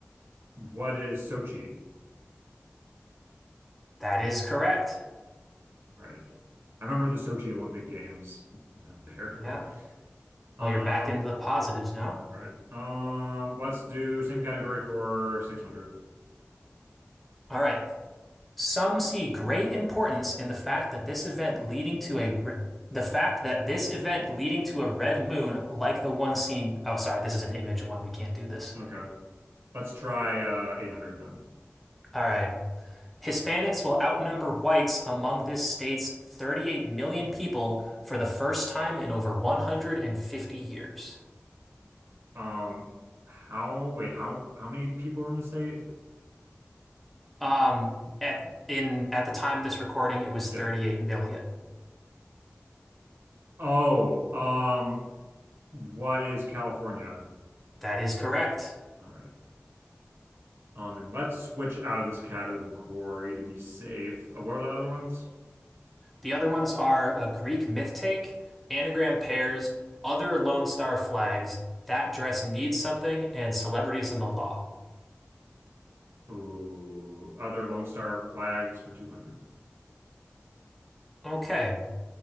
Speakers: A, on the right (about 65°); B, in the centre.
A: What is Sochi?
B: That is correct.
A: All right. I remember the Sochi Olympic Games, <laughs> barely.
B: Yeah.
A: Um,
B: Well, you're back into the positives now.
A: all right. Um, let's do same category for 600.
B: All right. Some see great importance in the fact that this event leading to a re- the fact that this event leading to a red moon, like the one seen. Oh, sorry, this is an image one. We can't do this.
A: Okay. Let's try uh 800 then.
B: All right. Hispanics will outnumber whites among this state's 38 million people for the first time in over 150 years.
A: Um, how, wait, how, how many people are in the state?
B: Um, at in at the time of this recording, it was
A: Yeah.
B: 38 million.
A: Oh, um, what is California?
B: That is correct.
A: All right. Um, and let's switch out of this category to be safe. Uh, what are the other ones?
B: The other ones are a Greek myth take, anagram pairs, other Lone Star flags, that dress needs something, and celebrities in the law.
A: Ooh, other Lone Star flags for 200.
B: Okay.